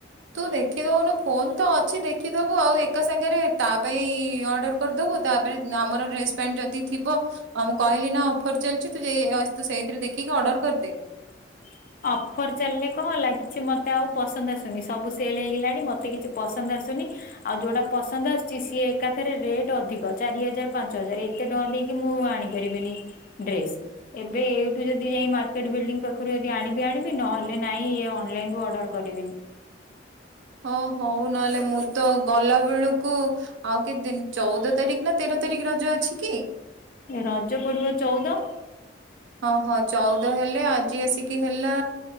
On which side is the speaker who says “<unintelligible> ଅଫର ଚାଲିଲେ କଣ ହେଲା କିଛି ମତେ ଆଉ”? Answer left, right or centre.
Left